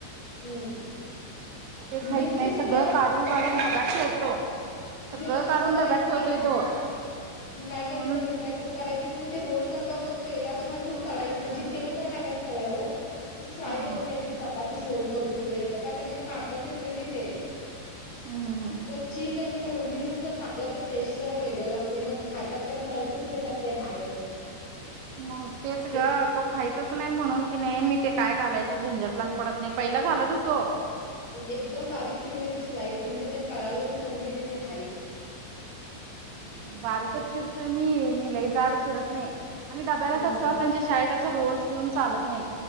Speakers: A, on the left; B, on the right.
A: हम्म
B: ते खाहीत
A: माहिती
B: नाही
A: ते
B: सगळं
A: जरा
B: काढून
A: कसं
B: काढून डब्यात ठेवतो सगळं
A: तुम्ही तसं
B: काढून
A: करायचं
B: डब्यात ठेवतोय
A: नाही.
B: तो
A: काय करायचं
B: म्हणून
A: माहित काय तसं करायचंच नाही ते रोल करत बघ तेला म्हण ते जर टाकायच तव्यावर फ्राय
B: हा
A: करून
B: हा
A: घयी सोल करून तिकडे इकडं का त्यांना काताच येत नाही नाही ते
B: हम्म हम् हम्म
A: जर चीज आणि मनी जस टाकलं तर टेस्ट जरा वेगळं लागते मग खातात त्यांना कळतच नाहीेतात ते हाय असं
B: मग तेच ग
A: एक
B: तो खायचच नाही म्हणून की नाही मी ते काय घालायचो झंझटलाच पडत नाही पहिला घालत होतो.
A: एकदम बारीक चिरुणीचे स्लाईड म्हणजे त्यानी कळालाच नको की तिथे हाईच. <inaudible>
B: बारीकच चिरतोय मी मी लई जाड चिरत नाही. आणि डब्याला
A: हम्म
B: कस म्ह शाळेत अस रोल्स देऊन चालत नाही